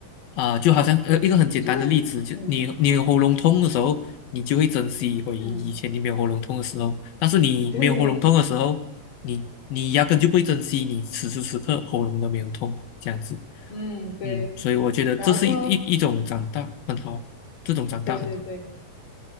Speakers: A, on the left; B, on the left.
A: 啊、就好像呃一个很简单的例子，
B: 对，就是，
A: 就你你有喉咙痛的时候，
B: 嗯
A: 你就会珍惜回以前你没有喉咙痛的时候，
B: 嗯，
A: 但是你没有喉咙痛的时候，
B: 对，
A: 你你压根就不会珍惜你此时此刻喉咙都没有痛这样子，
B: 嗯对，
A: 嗯，所以我觉得这是一一一种长大，
B: 然后过，
A: 很好，这种长大很好，
B: 对对对，